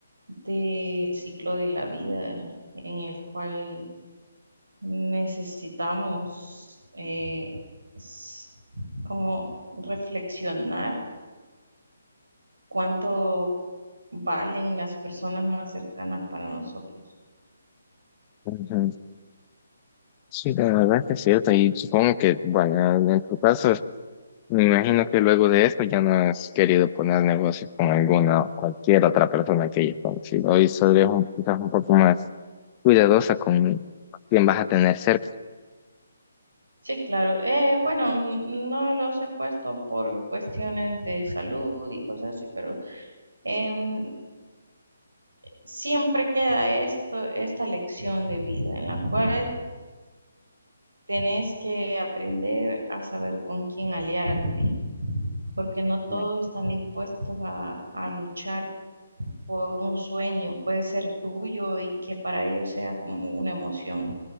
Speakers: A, on the right (about 75°); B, on the left (about 25°).
A: del ciclo de la vida en el cual Necesitamos eh, s- como reflexionar cuánto valen las personas más cercanas para nosotros.
B: ujú. Sí, la verdad es que es cierto, y supongo que, bueno, en tu caso, me imagino que luego de esto ya no has querido poner negocios con alguna o cualquier otra persona que hayas conocido, hoy solo es un, quizás un poco más. cuidadosa con quién vas a tener cerca.
A: Sí, claro. Eh, bueno, n- no los he puesto por cuestiones de salud y cosas así, pero em, siempre queda esto, esta lección de vida en la cual tenés que aprender a saber con quién aliarte, porque no todos
B: Mm.
A: están dispuestos a, a luchar por un sueño, puede ser tuyo y que para ellos sea como una emoción